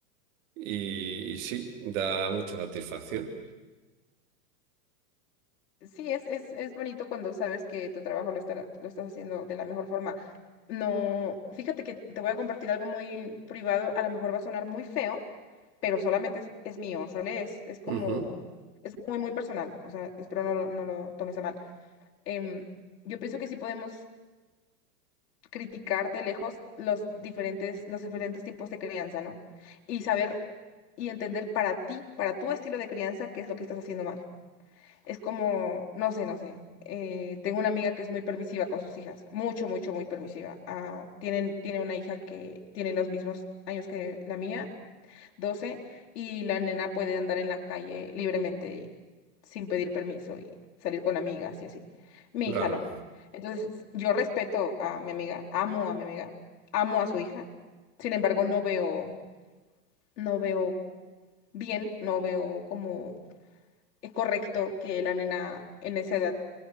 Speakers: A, on the right (about 55°); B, on the left (about 70°).
A: y, y sí, da mucha satisfacción.
B: Sí, es, es, es bonito cuando sabes que tu trabajo lo, estará- lo estás haciendo de la mejor forma. No, fíjate que te voy a compartir algo muy privado, a lo mejor va a sonar muy feo, pero solamente es, es mío, ¿sale? Es, es como,
A: Ujú,
B: es muy, muy personal, o sea, espero no, lo- no lo tomes a mal. Em, yo pienso que sí podemos criticar de lejos los diferentes, los diferentes tipos de crianza, ¿no? Y saber y entender para ti, para tu estilo de crianza, qué es lo que estás haciendo mal. Es como, no sé, no sé. eh, tengo una amiga que es muy permisiva con sus hijas, mucho, mucho, muy permisiva. Ah, tienen, tiene una hija que tiene los mismos años que la mía, doce y la nena puede andar en la calle libremente y sin pedir permiso y salir con amigas y así. Mi
A: claro,
B: hija no. Entonces, yo respeto a mi amiga, amo a mi amiga, amo a su hija. Sin embargo, no veo, no veo bien, no veo como eh, correcto que la nena en esa edad